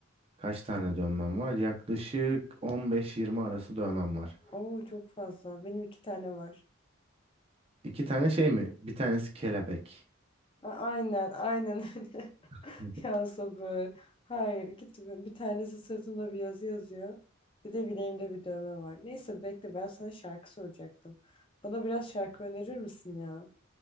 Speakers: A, on the right; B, on the left.
A: Kaç tane dövmem var? Yaklaşık 15-20 arası dövmem var.
B: Oo çok fazla. Benim iki tane var.
A: İki tane şey mi? Bir tanesi kelebek.
B: A- aynen aynen öyle.
A: <laughs>
B: <laughs> Ya sabır. Hayır iki tane. Bir tanesi sırtımda bir yazı yazıyor. Bir de bileğimde bir dövme var. Neyse bekle ben sana şarkı soracaktım. Bana biraz şarkı önerir misin ya?